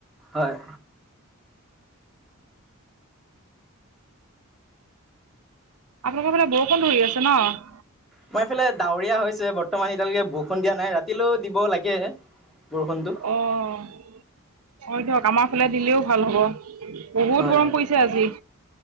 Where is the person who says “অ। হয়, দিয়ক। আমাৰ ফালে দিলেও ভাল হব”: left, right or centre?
Right